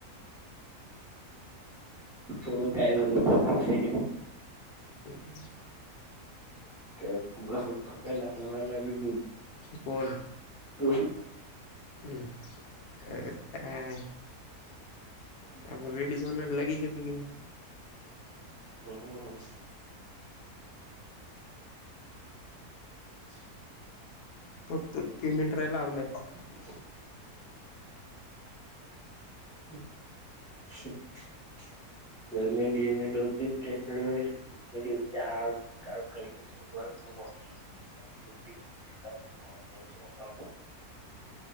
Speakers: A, in the centre; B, on the left.
A: उग काय न्हव ते.
B: तेच
A: काय बस फाट्याला हालाय लागली बघ.
B: कोण?
A: तू शू
B: अं काय थँक? आपूण रेडीच होना लगीच या तुम्ही
A: हम्म. ह <unintelligible>
B: फक्त पेमेंट राहायला लागलंय.
A: <inaudible> <unintelligible> कुठं गेलत्या आज काय कळेना <unintelligible> <unintelligible>